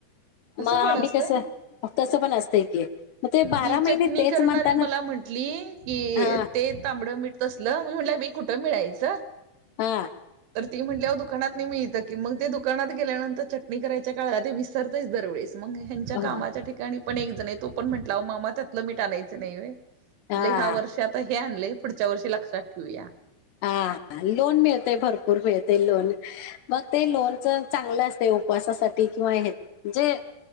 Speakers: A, on the right; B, on the left.
A: असं
B: मग आम्ही
A: पण असतंय.
B: कसं. तसं पण असतय की. मग ते बारा
A: ती
B: महिने
A: चटणी
B: तेच
A: करणारी
B: म्हणताना
A: मला म्हंटली की,
B: हा
A: ते तांबड मिठ तसलं. मी म्हटलं, मी कुठं मिळायचं?
B: हा.
A: तर ती म्हटली हो दुकानात नाही मिळतं की. मग ते दुकानात गेल्यानंतर चटणी करायच्या काळात ते सरतेच दरवेळेस. मग त्यांच्या
B: हा
A: कामाच्या ठिकाणी पण एकजण तो पण म्हटला मामा त्यातलं मीट आनायच नाहीय.
B: हा
A: म्हण ह्या वर्षी आता हे आणलंय पुढच्या वर्षी लक्षात ठेऊया.
B: हा हा लोन मिळतेय भरपूर मिळते लोन. मग ते लोनच चांगलं असते उपवासासाठी किंवा हे जे